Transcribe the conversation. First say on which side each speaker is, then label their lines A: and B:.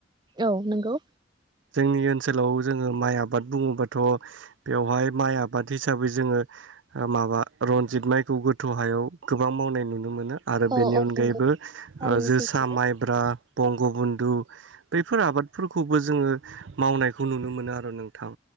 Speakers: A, on the right; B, on the right.
A: औ नोंगौ
B: जोंनि ओनसोलाव जोङो माइ आबाद बुङोबाथ' बेवहाय माइ आबाद हिसाबै जोङो माबा रन्जित माइखौ गोथौ हायाव गोबां मावनाय नुनो मोनो। आरो
A: औ
B: बेनि
A: औ
B: अनगायैबो
A: नंगौ
B: ओ
A: थारैनो
B: जोसा
A: सैथो
B: माइब्रा बंग बन्धु बेफोर आबादफोरखौबो जोङो मावनायखौ नुनो मोनो आरो नोंथां।